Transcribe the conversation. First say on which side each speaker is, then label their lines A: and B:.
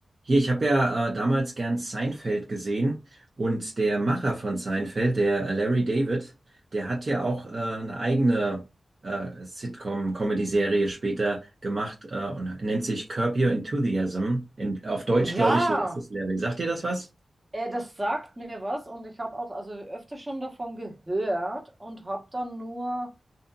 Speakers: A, on the right; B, on the right.
A: Hier, ich habe ja äh, damals gern Seinfeld gesehen und der Macher von Seinfeld, der äh, Larry David, der hat ja auch äh, eine eigene äh, Sitcom-Comedy-Serie später gemacht äh, und nennt sich Curb Your Enthusiasm. In, auf Deutsch glaube
B: Ja,
A: ich, Lass es Larry. Sagt dir das was?
B: äh, das sagt mir was und ich habe auch also öfter schon davon gehört und habe dann nur